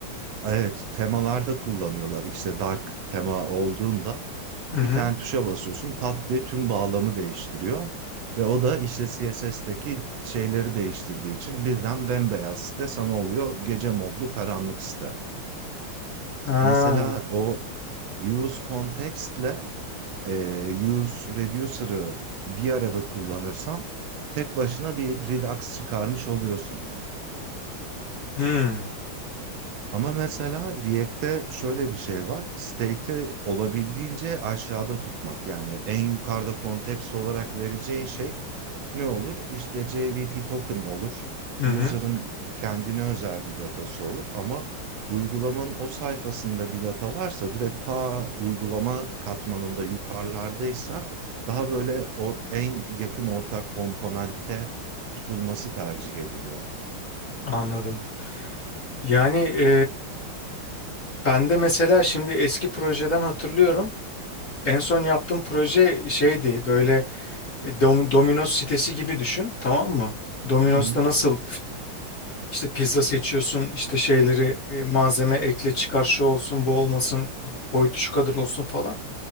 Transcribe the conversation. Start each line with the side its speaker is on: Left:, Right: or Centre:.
Right: evet temalarda kullanıyorlar. İşte dark tema olduğunda
Left: Hı hı.
Right: bir tane tuşa basıyorsun pat diye tüm bağlamı değiştiriyor. Ve o da işte CSS'teki şeyleri değiştirdiği için birden bembeyaz site sana oluyor gece modlu karanlık site.
Left: Ha.
Right: Mesela o use context'le e, use reducer'ı bir arada kullanırsan tek başına bir Redux çıkarmış oluyorsun.
Left: Hı.
Right: Ama mesela React'te şöyle bir şey var. State'i olabildiğince aşağıda tutmak. Yani en yukarıda kontekst olarak vereceğin şey ne olur? İşte JWT token olur.
Left: Hı hı.
Right: User'ın kendine özel bir datası olur. Ama uygulamanın o sayfasında bir data varsa direkt ta uygulama katmanında yukarılardaysa daha böyle or- en yakın ortak komponentte tutulması tercih ediliyor.
Left: Anladım. Yani e, ben de mesela şimdi eski projeden hatırlıyorum. En son yaptığım proje şeydi böyle e, dom- Domino's sitesi gibi düşün tamam mı? Domino's'ta
Right: Hı hı.
Left: nasıl İşte pizza seçiyorsun, işte şeyleri e, malzeme ekle çıkar şu olsun bu olmasın boyutu şu kadar olsun falan.